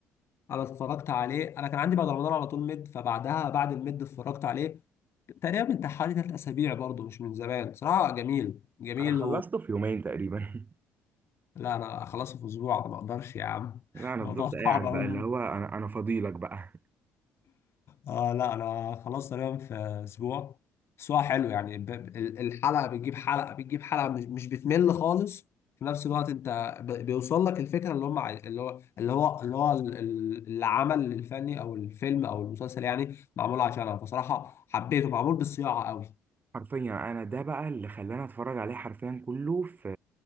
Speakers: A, on the left; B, on the right.
A: انا اتفرجت عليه انا كان عندي بعد رمضان على طول ميد فبعدها بعد الميد اتفرجت عليه تقريبا من حوالي ثلاث اسابيع برضه مش من زمان صراحه جميل جميل
B: انا خلصته في يومين تقريبا <laughs>
A: لا انا اخلصه في اسبوع ما اقدرش يا عم
B: لا
A: <laughs>
B: انا
A: الموضوع
B: فضلت
A: صعب
B: قاعد
A: قوي
B: بقى اللي هو انا انا فضيلك بقى
A: اه لا انا خلاص تقريبا في اسبوع اسبوع حلو يعني ب- ب- ال- الحلقه بتجيب حلقه بتجيب حلقه مش مش بتمل خالص في نفس الوقت انت ب- بيوصل لك الفكره اللي هم عاي- اللي هو اللي هو اللي هو ال- ال- العمل الفني او الفيلم او المسلسل يعني معمول عشانها بصراحه حبيته معمول بالصياعه قوي
B: حرفيا يعني انا ده بقى اللي خلاني اتفرج عليه حرفيا كله في